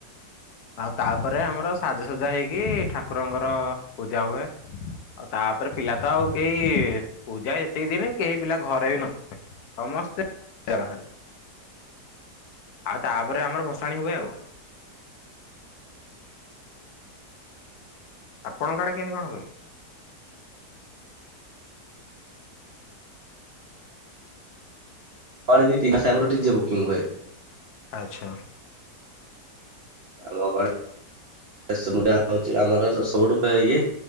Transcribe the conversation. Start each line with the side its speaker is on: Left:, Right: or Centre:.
Left: ଆଉ ତାପରେ ଆମର ସାଜସଜା ହେଇକି ଠାକୁରଙ୍କର ପୂଜା ହୁଏ। ଆଉ ତାପରେ ପିଲା ତ ଆଉ କେହି ପୂଜା ଏତିକି ଦିନ କେହି ପିଲା ଘରେ ବି ନଥିବେ ସମସ୍ତେ ବାହାରେ ଆଉ ତାପରେ ଆମର ଭସାଣି ହୁଏ ଆଉ। ଆପଣଙ୍କ ଆଡେ କେମିତି କଣ ହୁଏ?
Right: ପରେ ଦି ଦି ମାସ ଆଗରୁ ଡିଜେ ବୁକିଂ ହଏ।
Left: ଆଚ୍ଛା!
Right: ଆମ ଗ ଗଣେଶ ମୁଣ୍ଡା ହଉଛି ଆମର ସବୁଠୁ ଇଏ